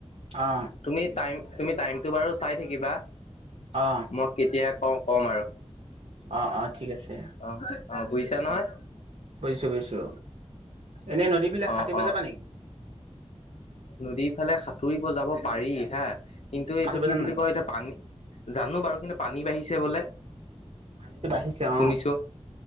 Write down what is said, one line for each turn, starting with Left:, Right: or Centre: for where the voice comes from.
Right: অ
Left: তুমি টাইম তুমি টাইমতটো বাৰু চাই থাকিবা।
Right: অ
Left: মই কেতিয়া কওঁ কম আৰু।
Right: অ অ ঠিক আছে।
Left: অ', অ বুজিছা নহয়।
Right: বুজিছো বুজিছো এনেই নদী ফালে
Left: অ',
Right: সাতুৰিব
Left: অ'।
Right: যাবা নেকি?
Left: নদীৰ ফালে সাঁতুৰিব যাব পাৰি হা কিন্তু
Right: সাঁতুৰিব
Left: এইটো কি
Right: জানা নাই
Left: বুলি কয় ।এতিয়া পানী জানো বাৰু কিন্তু পানী বাঢ়িছে বোলে।
Right: পানীতো বাঢ়িছে অ
Left: শুনিছোঁ